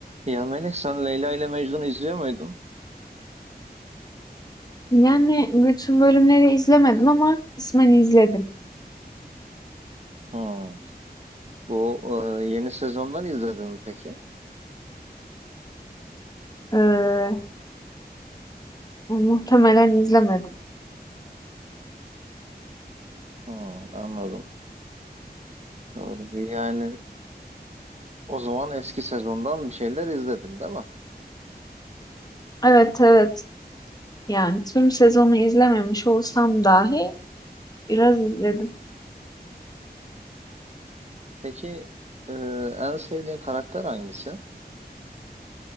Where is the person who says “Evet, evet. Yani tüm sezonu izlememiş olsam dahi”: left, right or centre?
Left